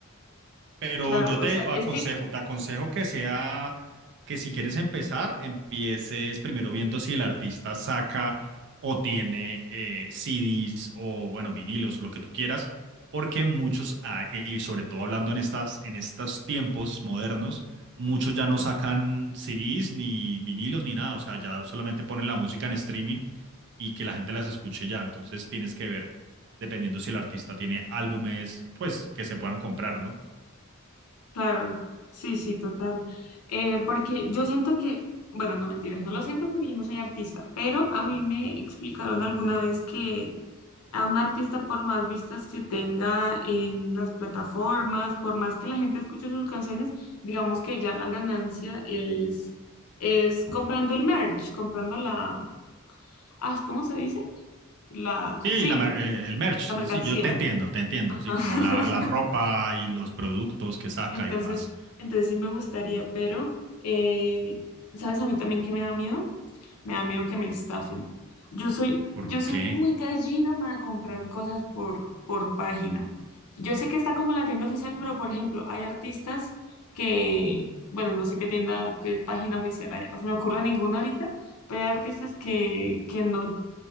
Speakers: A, on the right (about 55°); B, on the left (about 80°).
A: Pero
B: claro,
A: yo te
B: o sea, es
A: aconsejo,
B: que
A: te aconsejo que sea, que si quieres empezar, empieces primero viendo si el artista saca o tiene eh, CDs o, bueno, vinilos o lo que tú quieras, porque muchos, ah, y sobre todo hablando en estas, en estos tiempos modernos, muchos ya no sacan CDs ni vinilos ni nada, o sea, ya solamente ponen la música en streaming y que la gente las escuche ya, entonces tienes que ver, dependiendo si el artista tiene álbumes, pues que se puedan comprar, ¿no?
B: Claro, sí, sí, total. Eh, porque yo siento que, bueno, no mentiras, no lo siento porque yo no soy artista, pero a mí me explicaron alguna vez que a un artista, por más vistas que tenga en las plataformas, por más que la gente escuche sus canciones, digamos que ya la ganancia es, es comprando el merch, comprando la, ah, ¿cómo se dice? La,
A: Sí,
B: sí,
A: la mer- eh, el merch,
B: la mercancía.
A: es decir, yo te entiendo, te entiendo,
B: <laughs>
A: sí, como la, la ropa y los productos que saca
B: Entonces,
A: y demás.
B: entonces sí me gustaría, pero eh, ¿sabes a mí también que me da miedo? Me da miedo que me estafen. Yo soy,
A: ¿Por
B: yo soy
A: qué?
B: muy gallina para comprar cosas por, por página. Yo sé que está como la tienda oficial, pero por ejemplo, hay artistas que, bueno, no sé qué tienda, qué página oficial hay, no se me ocurre ninguna ahorita, pero hay artistas que, que no